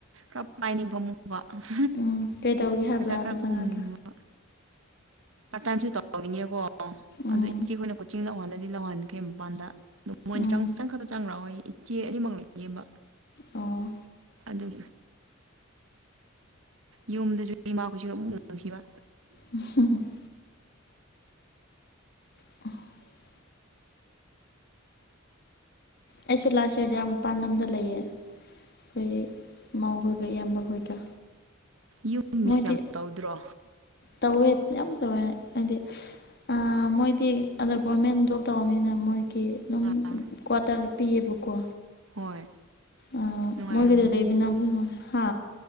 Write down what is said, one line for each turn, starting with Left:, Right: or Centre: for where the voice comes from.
Right: ꯈꯔ ꯃꯥꯏꯅꯤꯡ <unintelligible> ꯕ ꯑꯃꯨꯛ ꯀꯣ
Left: ꯎꯝ ꯀꯩꯗꯧꯒꯦ ꯍꯥꯏꯕ꯭ꯔꯥ
Right: ꯄꯩꯁꯥ ꯈꯔ
Left: ꯑꯗꯨ ꯆꯪꯉꯒ
Right: ꯈꯣꯝꯅꯤꯡꯕ ꯄꯇꯥꯏꯝꯁꯨ ꯇꯧꯅꯤꯡꯉꯀꯣ ꯑꯣ
Left: ꯎꯝ
Right: ꯑꯗꯨ ꯏꯆꯦ ꯑꯩꯈꯣꯏꯅ ꯀꯣꯆꯤꯡ ꯂꯧꯍꯜꯂꯗꯤ ꯂꯧꯍꯟꯈ꯭ꯔꯦ ꯃꯄꯥꯟꯗ ꯑꯗꯨ ꯃꯣꯏꯅ
Left: ꯎꯝ
Right: ꯆꯪꯈꯛꯇ ꯆꯪꯈ꯭ꯔꯛꯑꯣꯌ‌ꯦ ꯏꯆꯦ ꯑꯅꯤꯃꯛ ꯂꯩꯇꯦꯕ
Left: ꯑꯣ
Right: ꯑꯗꯨꯒꯤ ꯌꯨꯝꯗꯁꯨ ꯏꯃꯥꯈꯣꯏꯁꯨ ꯑꯃꯨꯛ ꯅꯨꯡꯁꯤꯕ
Left: ꯍ <unintelligible> <unintelligible> ꯑꯩꯁꯨ ꯂꯥꯁ ꯑꯦꯔꯤꯗꯤ ꯑꯥ ꯃꯄꯥꯟ ꯂꯝꯗ ꯂꯩꯌꯦ ꯑꯩꯈꯣꯏ ꯃꯧ ꯍꯣꯏꯒ ꯏꯌꯥꯝꯕ ꯍꯣꯏꯒ
Right: ꯌꯨꯝ ꯃꯤꯁ
Left: ꯃꯣꯏꯗꯤ
Right: ꯌꯥꯝ ꯇꯧꯗ꯭ꯔꯣ
Left: ꯇꯧꯋꯦ ꯌꯥꯝ ꯇꯧꯋꯦ ꯍꯥꯏꯗꯤ ꯑ ꯃꯣꯏꯗꯤ ꯑꯗ ꯒꯣꯔꯃꯦꯟ ꯖꯣꯕ ꯇꯧꯕꯅꯤꯅ ꯃꯣꯏ ꯀꯤ ꯑꯗꯨꯝ
Right: ꯑꯥ
Left: ꯀ꯭ꯋꯥꯇꯔ ꯄꯤꯌꯦꯕꯀꯣ
Right: ꯍꯣꯏ
Left: ꯑꯥ
Right: ꯅꯨꯡꯉꯥꯏꯔꯝꯒꯅꯤ
Left: ꯃꯣꯏꯒꯤꯗ ꯂꯩꯃꯤꯟꯅꯕꯗꯤ ꯅꯨꯉꯥꯏ ꯍꯥ